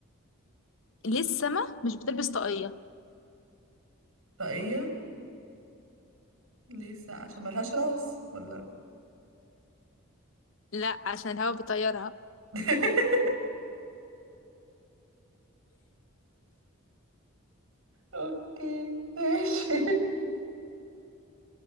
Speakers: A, on the left; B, on the right.
A: ليه السما مش بتلبس طاقية
B: طاقية ليه الساعة عشان ملهاش راس ولا
A: لا عشان الهوا بيطيرها
B: <laughs> اوكي ماشي